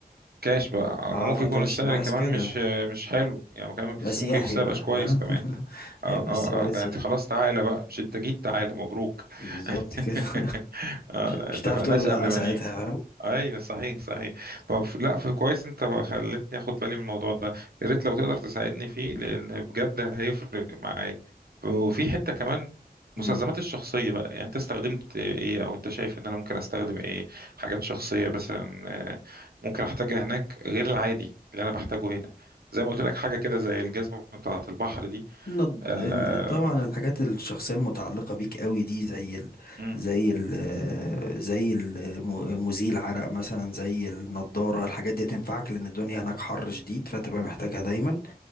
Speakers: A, on the right; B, on the left.
A: كاش بقى آه.
B: اه
A: وممكن
B: فانت
A: يكون
B: مش
A: السعر
B: تبقى عايز
A: كمان
B: كده
A: مش مش حلو يعني كمان
B: يبقى سياحي
A: ممكن السعر
B: بقى
A: مبقاش كويس
B: فاهم
A: كمان
B: <laughs> هيبقى
A: اه اه
B: السعر
A: اه ده
B: سياحي
A: انت خلاص تعالى بقى مش انت جيت تعالى مبروك
B: بالظبط كده
A: <laughs>
B: <laughs>
A: اه
B: مش
A: لا،
B: مش
A: اتفقناش
B: هتعرف تقول له لا
A: قبل ما
B: ساعتها
A: نيجي
B: فاهم
A: ايوه صحيح صحيح طب لا فكويس انت خلتني اخد بالي من الموضوع ده يا ريت لو تقدر تساعدني فيه لان بجد هيفرق معايا وفي حته كمان
B: مم.
A: مستلزمات الشخصيه بقى يعني انت استخدمت ايه او انت شايف ان انا ممكن استخدم ايه حاجات شخصيه مثلا آه، ممكن احتاجها هناك غير العادي اللي انا بحتاجه هنا زي ما قلت لك حاجه كده زي الجزمه بتاعه البحر دي
B: النض...
A: آه
B: إن- طبعا الحاجات الشخصيه المتعلقه بيك قوي دي زي ال...
A: امم
B: زي ال... آه، زي المزيل عرق مثلا زي النضاره
A: امم
B: الحاجات دي هتنفعك لان الدنيا هناك حر شديد فتبقى محتاجها دايما